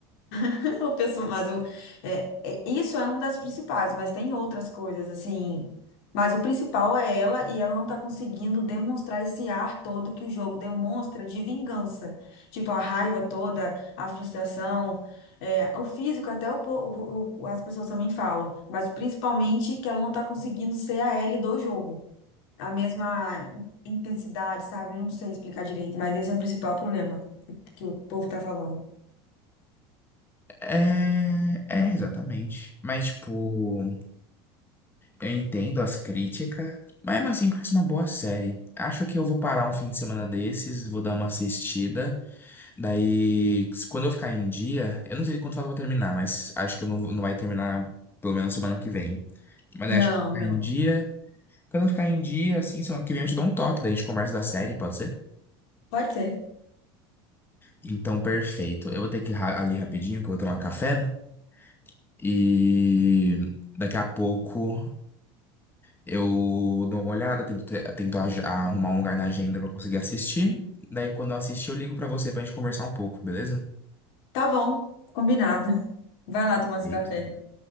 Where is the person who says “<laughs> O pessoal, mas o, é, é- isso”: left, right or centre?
Left